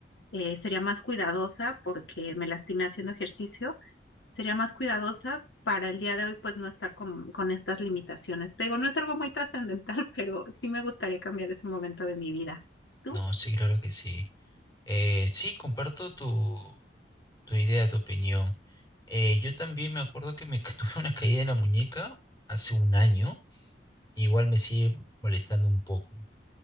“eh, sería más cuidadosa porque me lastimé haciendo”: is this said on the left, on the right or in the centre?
Left